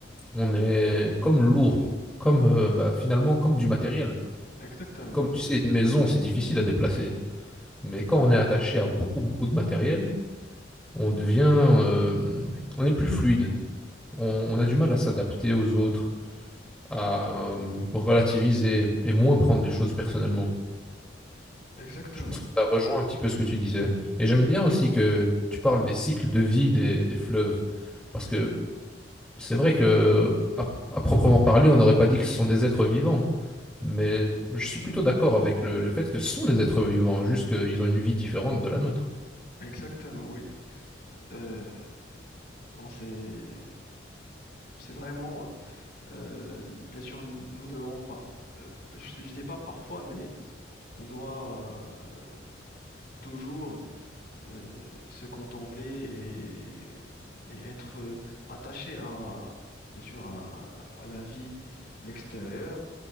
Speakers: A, in the centre; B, on the left (about 55°).
A: on est comme lourd, comme euh, bah, finalement comme du matériel.
B: Exactement.
A: Comme tu sais, une maison, c'est difficile à déplacer. Mais quand on est attaché à beaucoup, beaucoup de matériel, on devient, euh, on est plus fluide. On, on a du mal à s'adapter aux autres, à euh, relativiser et moins prendre les choses personnellement.
B: Exactement.
A: Je pense que ça rejoint un petit peu ce que tu disais. Et j'aime bien aussi que tu parles des cycles de vie des, des fleuves. Parce que c'est vrai que, à, à proprement parler, on n'aurait pas dit que ce sont des êtres vivants. Mais je suis plutôt d'accord avec le, le fait que ce sont des êtres vivants, juste qu'ils ont une vie différente de la nôtre.
B: Exactement, oui. Euh, bon, c'est c'est vraiment, euh, bien sûr, nous devons pas, euh, je, je dis pas parfois, mais on doit euh, toujours euh, se contempler et, et être euh, attaché à, bien sûr, à, à la vie l'extérieure